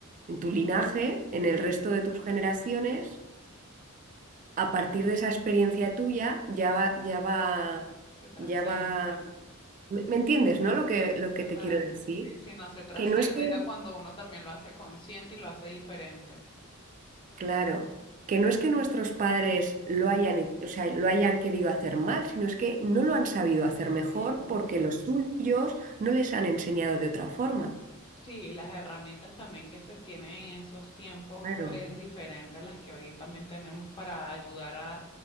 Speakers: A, on the right (about 35°); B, on the left (about 25°).
A: en tu linaje, en el resto de tus generaciones, a partir de esa experiencia tuya, ya va, ya va,
B: se trasciende.
A: ya va. ¿Me me entiendes, no? Lo que,
B: Sí,
A: lo que
B: total.
A: te quiero decir.
B: Sí, sí, no, se trasciende
A: Que no es que
B: ya cuando uno también lo hace consciente y lo hace diferente.
A: Claro, que no es que nuestros padres lo hayan, he- o sea, lo hayan querido hacer mal, sino es que no lo han sabido hacer mejor
B: Eh,
A: porque los suyos no les han enseñado de otra forma.
B: Sí, las herramientas también que se tienen en esos tiempos
A: Claro.
B: es diferente a las que hoy también tenemos para ayudar a,